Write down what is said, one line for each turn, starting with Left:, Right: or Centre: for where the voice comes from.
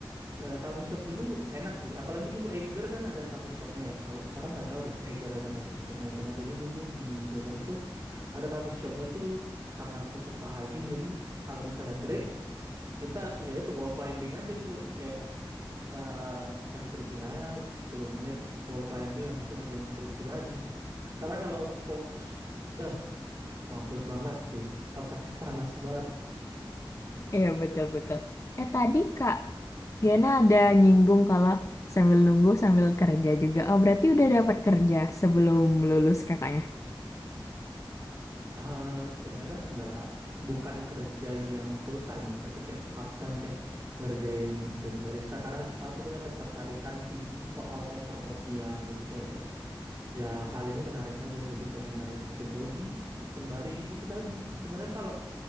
Right: eh, coffee shop dulu enak sih apalagi dulu Eiger kan ada coffee shopnya ya kalau sekarang nggak tahu deh Eiger ada coffee shopnya atau nggak jadi dulu di Jawa Barat tuh ada coffee shopnya tuh karena aku suka hiking jadi kalau misalnya break kita ya itu wall climbing aja dulu kayak eh ice breaking aja 10 menit wall climbing habis itu ngerjain skripsi lagi. Karena kalau fokus eh mampus banget sih. Otaknya <laughs> panas banget.
Left: Iya, betul-betul. Eh, tadi Kak Gena ada nyinggung kalau sambil nunggu sambil kerja juga. Oh, berarti udah dapat kerja sebelum lulus kakaknya.
Right: Eh sebenarnya enggak bukan kerja yang full time ya, tapi kayak part time kayak ngerjain jadi barista karena aku punya ketertarikan tinggi soal perkopian. Jadi kayak ya hal ini menarik aja jadi pengen nerusin hobi sembari itu tadi. Sebenarnya kalau